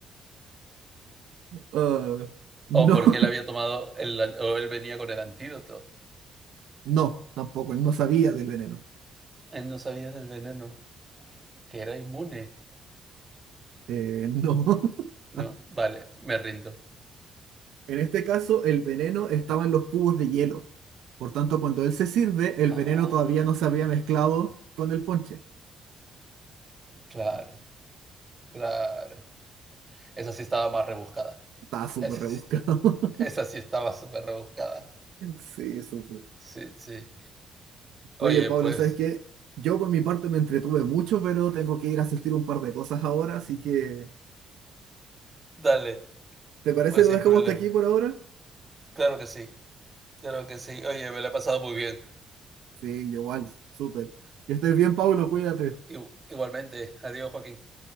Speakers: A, on the right; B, on the right.
A: Ah, no,
B: O porque él había tomado... El, o él venía con el antídoto.
A: <laughs> no, tampoco, él no sabía del veneno.
B: Él no sabía del veneno. Que era inmune.
A: Eh, no. <laughs>
B: No, vale, me rindo.
A: En este caso, el veneno estaba en los cubos de hielo. Por tanto, cuando él se sirve, el
B: Ah,
A: veneno todavía no se había mezclado con el ponche.
B: claro, claro. Esa sí estaba más rebuscada.
A: Está súper
B: Esa
A: rebuscado.
B: sí, está-
A: <laughs>
B: esa sí estaba súper rebuscada.
A: Sí, súper.
B: Sí, sí.
A: Oye,
B: Oye,
A: Paula,
B: pues,
A: ¿sabes qué? Yo por mi parte me entretuve mucho, pero tengo que ir a asistir a un par de cosas ahora, así que...
B: dale,
A: ¿Te parece
B: pues
A: lo
B: sin
A: dejamos
B: problema.
A: hasta aquí por ahora?
B: Claro que sí, claro que sí. Oye, me la he pasado muy bien.
A: Sí, yo igual, súper. Que estés bien, Pablo, cuídate.
B: Igu- Igualmente, adiós, Joaquín.